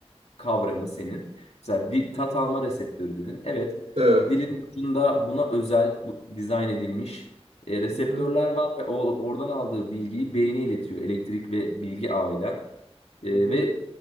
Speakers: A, on the left; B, on the right.
A: kavramı senin. Mesela di-
B: Hı
A: tat
B: hı.
A: alma reseptörü dedin. Evet,
B: Evet.
A: dilin ucunda buna özel bu, dizayn edilmiş e, reseptörler
B: Hı hı.
A: var ve o, oradan aldığı bilgiyi beyne iletiyor elektrik ve bilgi ağıyla. E,
B: Hı hı.
A: ve